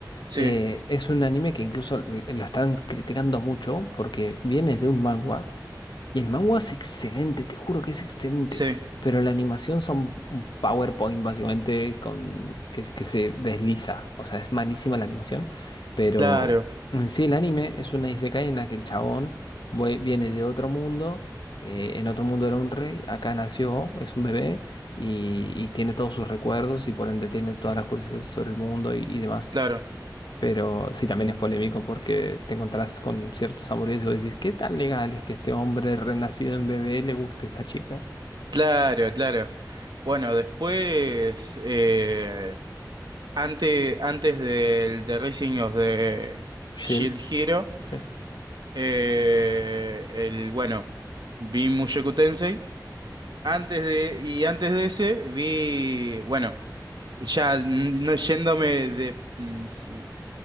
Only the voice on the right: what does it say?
Sí,
sí,
claro,
claro,
claro, claro. Bueno, después, eh, ante- antes del The Rising of the
Shield Hero.
Eh, el, bueno, vi Mushoku Tensei. Antes de, y antes de ese vi, bueno, ya n- no yéndome de, mm, si-